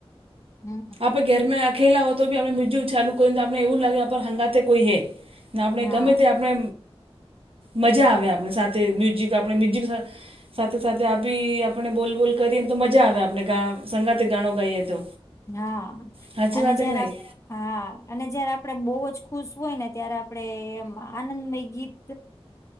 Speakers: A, on the left; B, on the right.
A: હમ્મ.
B: આપણે ઘરમાં આખેલા હોય તો બી આપણે મ્યુઝિક ચાલુ કરીને તો આપને એવું લાગે આપ હંગાતે કોઈ હે. ને આપણે
A: હા
B: ગમે તે આપણે મજા આવે આપણે સાથે મ્યુઝિક આપણે મ્યુઝિક સાથે સાથે આ બી આપણે બોલબોલ કરીએને તો મજા આવે આપણેા સંગાતે ગાણો ગાઈએ તો.
A: હા
B: સાચી
A: અને
B: વાત
A: જયારે
B: હે કે નહીં
A: આપ હા અને જયારે આપડે બહુ જ ખુશ હોય ને, ત્યારે આપણે એમ આનંદમય ગીત